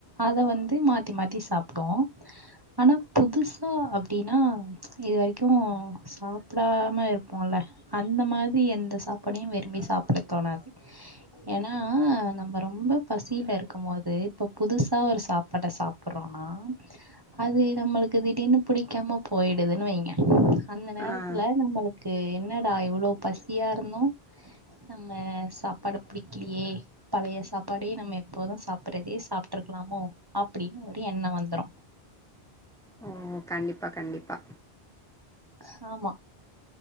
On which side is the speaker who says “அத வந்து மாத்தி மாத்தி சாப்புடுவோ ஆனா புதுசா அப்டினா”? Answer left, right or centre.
Right